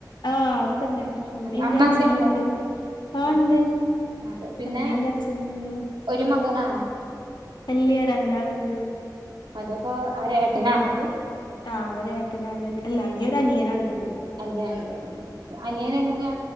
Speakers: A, on the left (about 75°); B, on the right (about 80°).
A: ആഹ് അവിടെ തന്നെ അമ്മീ
B: അതെ
A: ണ്ട്
B: അമ്മ
A: അച്ഛനും
B: ഒക്കെ ഉണ്ടോ
A: ഇണ്ട് ആഹ്
B: ഓക്കെ
A: ഇണ്ട്
B: അതെ പിന്നെ
A: അമ്മീണ്ട് അച്ഛനുണ്ട്
B: ഒരു മകനാണോ
A: അല്യ രണ്ടാള്ണ്ട്
B: അതപ്പോ ആര ഏട്ടനാണോ അത്
A: ആഹ് അവരേട്ടനാണ്. ഇല്ല ഇനിയൊര് അനിയനാ ഇള്ളത്
B: അനിയന് ഇള്ളെ. ഉം അനിയൻ എങ്ങെനാ